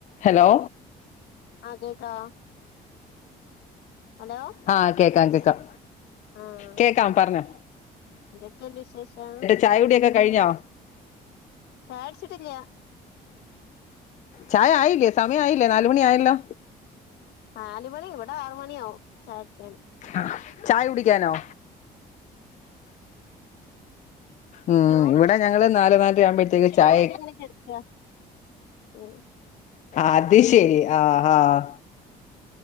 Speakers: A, on the left; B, on the left.
A: Hello
B: ആഹ് കേക്കാ hello
A: ആഹ് കേക്കാം കേക്കാം
B: ആഹ്
A: കേക്കാം പറഞ്ഞോ
B: എന്തെക്കെണ്ട് വിശേഷം?
A: ചായകുടിയൊക്കെ കഴിഞ്ഞോ?
B: ചായാടിച്ചിട്ടില്ല
A: ചായ ആയില്ലേ സമയം ആയില്ലേ നാലുമണി ആയല്ലോ
B: നാല് മണി ഇവിടെ ആറ് മണിയവും ചയാകുടിക്കൻ
A: ആഹ് ചായ കുടിക്കാനോ? ഉഹ്
B: ചോറിന്റെ
A: ഇവിടെ ഞങ്ങള് നാല് നാലര ആവുമ്പഴത്തേക്ക്
B: ക്ഷീണത്തിൽ
A: ചായ
B: ഇങ്ങനെ കെടക്കാ ഉം
A: അത് ശരി ആഹ് ആഹ്